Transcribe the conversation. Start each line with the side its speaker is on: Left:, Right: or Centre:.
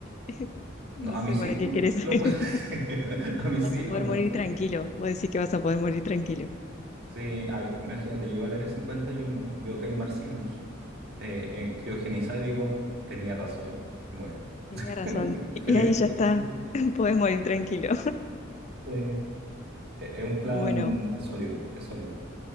Left: <laughs> no
Right: No, a
Left: sé
Right: mí sí,
Left: para
Right: pues,
Left: qué querés saber.
Right: lo puedo,
Left: <laughs>
Right: <laughs> a mí sí
Left: Vas a
Right: lo
Left: poder
Right: anoto.
Left: morir tranquilo, vos decís que vas a poder morir tranquilo.
Right: Sí, ay, imagínate, llego al área 51, veo que hay marcianos, eh, eh, criogenizada y digo, tenía razón, y muero.
Left: Tenía razón,
Right: <laughs> Feliz,
Left: y ahí ya
Right: po.
Left: está,
Right: Sí.
Left: <laughs> podés morir tranquilo.
Right: Sí. E- Es un plan
Left: Bueno,
Right: sólido, es sólido.